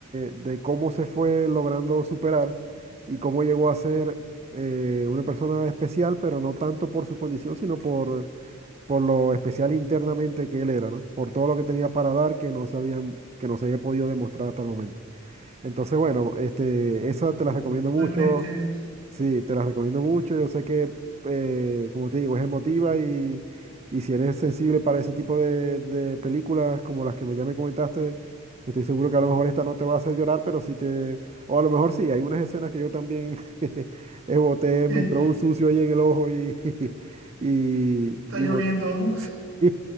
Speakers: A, on the right; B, on the right.
A: de cómo se fue logrando superar y cómo llegó a ser eh, una persona especial, pero no tanto por su condición, sino por por lo especial internamente que él era, ¿no? Por todo lo que tenía para dar que no se habían- que no se había podido demostrar hasta el momento. Entonces, bueno, este, esa te la recomiendo mucho.
B: no inventes.
A: Sí, te la recomiendo mucho. Yo sé que, eh, como te digo, es emotiva y, y si eres sensible para ese tipo de, de películas como las que me ya me comentaste, estoy seguro que a lo mejor esta no te va a hacer llorar, pero sí te... O a lo mejor sí, hay unas escenas que yo también <laughs> boté,
B: <laughs> Está
A: me entró un sucio ahí en el ojo y, <laughs> y, y
B: lloviendo,
A: bot-
B: ¿no?
A: <laughs>